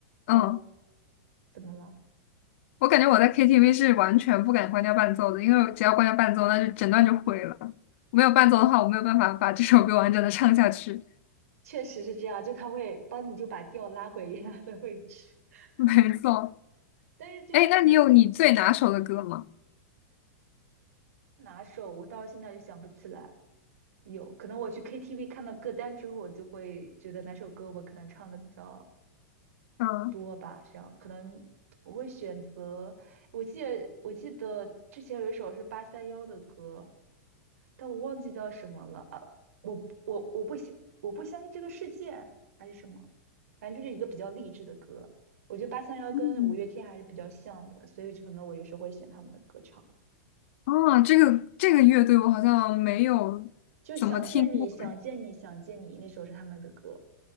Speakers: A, on the left (about 55°); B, on the right (about 75°).
A: 嗯。
B: 嗯，怎么了？
A: 我感觉我在 KTV 是完全不敢关掉伴奏的，因为只要关掉伴奏，那就整段就毁了。没有伴奏的话，我没有办法把这首歌完整的唱下去。
B: 确实是这样，就他会帮你就把调拉回原来的位置。
A: <laughs>
B: <laughs>
A: 没错，
B: 但是就是
A: 哎，那你有你最拿手的歌吗？
B: 嗯，哪首我到现在就想不起来。有可能我去 KTV 看到歌单之后，我就会觉得哪首歌我可能唱的比较
A: 嗯，
B: 多吧，这样可能我会选择。我记得我记得之前有一首是八三幺的歌，但我忘记叫什么了啊！我我我不相我不相信这个世界还是什么，反正就是一个比较励志的歌。我觉得八三幺跟五月天还是比较像的，
A: 嗯，
B: 所以可能我有时候会选他们的歌唱。
A: 哦，这个这个乐队我好像没有怎么听过哎
B: 就想见你，想见你，想见你，那首是他们的歌。